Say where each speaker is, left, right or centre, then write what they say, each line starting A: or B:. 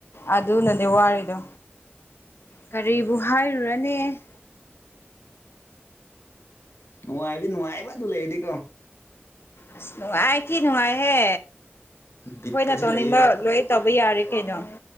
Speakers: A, on the left (about 65°); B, on the left (about 85°).
A: ꯑꯗꯨ ꯅꯅꯦ ꯋꯥꯔꯤꯗꯣ ꯀꯔꯤꯕꯨ ꯍꯥꯏꯔꯨꯔꯅꯤ
B: ꯅꯨꯡꯉꯥꯏꯕꯗꯤ ꯅꯨꯡꯉꯥꯏꯕ ꯑꯗꯨ ꯂꯩꯔꯗꯤꯀꯣ
A: ꯑꯁ ꯅꯨꯡꯉꯥꯏ ꯊꯤ ꯅꯨꯡꯉꯥꯏꯍꯦ
B: ꯕꯤꯠꯀꯁꯤ
A: ꯑꯈꯣꯏꯅ ꯇꯧꯅꯤꯡꯕ
B: ꯂꯩꯌꯦꯕ
A: ꯂꯣꯏ ꯇꯧꯕ ꯌꯥꯔꯦ ꯀꯩꯅꯣ